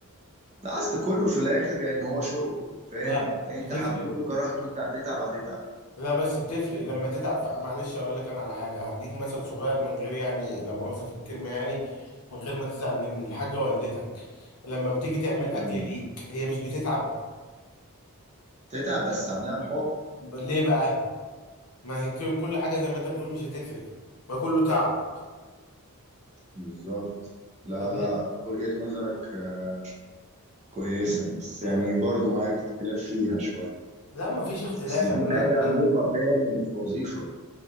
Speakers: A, on the right; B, on the left.
A: لا اصل كله في الاخر يعني هو شغل فاهم
B: لا
A: انت
B: بتفرق
A: حبيته كرهته انت هتتعب هتتعب
B: لا بس بتفرق لما تتعب ف... معلش اقول لك انا على حاجة هديك مثل صغير من غير يعني لا مؤاخذة في الكلمة يعني من غير ما تزعل مني الحاجة والدتك لما بتيجي تعمل اكل
A: مم.
B: ليك هي مش بتتعب
A: تتعب بس عاملها الحب
B: ب- ليه بقى ما هي كل كل حاجه زي ما انت بتقول مش هتفرق ما كله تعب
A: بالظبط لا
B: طب
A: لا
B: ليه
A: وجهة نظرك آه، كويسة بس يعني
B: يعني
A: برضو معاك اختلاف فيها شوية
B: لا ما فيش اختلاف
A: اصل
B: يعني
A: دي
B: انا
A: حاجه
B: انا
A: عموما فاهم مش وظيفه